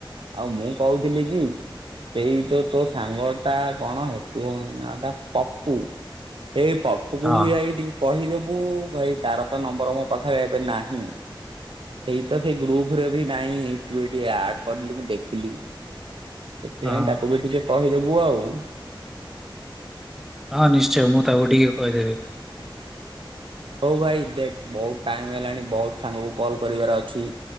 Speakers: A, on the right; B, in the centre.
A: ଆଉ ମୁଁ କହୁଥିଲି କି ସେଇ ଭିତରେ ତୋ ସାଙ୍ଗ ଟା କଣ <unintelligible> ନାଁ ଟା ପପୁ। ହେଇ ପପୁକୁ
B: ହଁ
A: ବି ଯାଇ ଟିକେ କହିଦବୁ ଭାଇ ତାର ତ ନମ୍ବର ମୋ ପାଖରେ ଏବେ ନାହିଁ। ଏଇ ତ ସେଇ ଗ୍ରୁପ୍ ରେ ବି ନାହିଁ ତୁ ଏଇଠି ଆଡ୍ କରିଲୁ ମୁଁ ଦେଖିଲି। ସେଥିପାଇଁ
B: ହଁ
A: ତାକୁ ବି ଟିକେ କହିଦବୁ ଆଉ।
B: ହଁ ନିଶ୍ଚୟ ମୁଁ ତାକୁ ଟିକେ କହିଦେବି।
A: ହଉ ଭାଇ ଦେଖ୍ ବହୁତ୍ ଟାଇମି ହେଲାଣି ବହୁତ୍ ସାଙ୍ଗକୁ କଲ୍ କରିବାର ଅଛି।